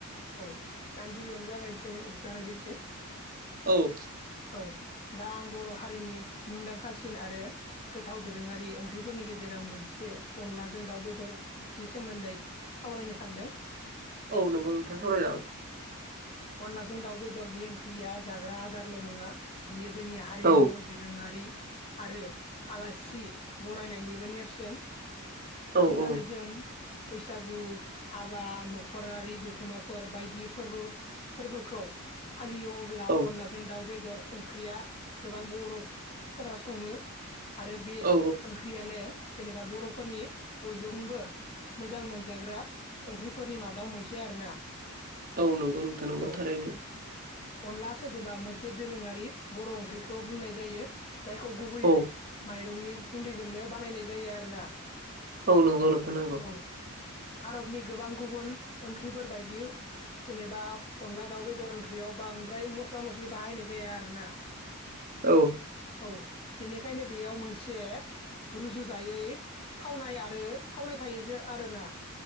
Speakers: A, on the left; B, on the right.
A: औ आं गिबियावनो जागायसै जागायजेनसै
B: औ
A: औ दा आं बर' हारिनि मुंदांखासिन आरो गोथाव दोरोंङारि ओंख्रिफोरनि गेजेरजों मोनसे अनलाजों दाउ बेदरनि सोमोन्दै सावरायनो सानदों।
B: औ नोंगौ नोंथांङै सावरायजागौ
A: औ अनलाजों दाउ बेदर बे ओंख्रिया जाग्रा आदारल' नंङा बेयो जोंनि हारिमु
B: औ
A: दोरोंङारि आरो आलासि बरायनायनिबो नेरसोन
B: औ
A: जेब्लानो
B: औ
A: जों बैसागु हाबा न'खरारि जुथा दथुमाफोर बायदि फोरबो फोरबोखौ फालियो अब्ला
B: औ
A: अनलाजों दाउ बेदर ओंख्रिया गोबां बर'फोरा संङो आरो बे
B: औ
A: ओंख्रियानो जेनेबा बरफोरनि बयजोंबो मोजां मोनजाग्रा ओंख्रिफोरनि मादाव मोनसे आरोना
B: औ नंगौ नोंथां नंगौ
A: औ
B: थारैनो
A: अनला सोदोबा मोनसे दोरोङारि बर ओंख्रिखौ बुंनाय जायो जायखौ गुबैयै
B: औ
A: माइरंनि गुन्दैजोंनो बानायनाय जायो आरोना
B: औ नंगौ नोंथां नंगौ
A: औ भारतनि गोबां गुबुन ओंख्रिफोरबायायदि जेनेबा अनदला दाउ बेदर ओंख्रियाव बांद्राय मस्ला मस्लि बाहायनाय जाया आरो ना
B: औ
A: औ बेनिखायनो बेयाव मोनसे रुजुजायै थावनाय आरो थावनाय थायो जे आरोना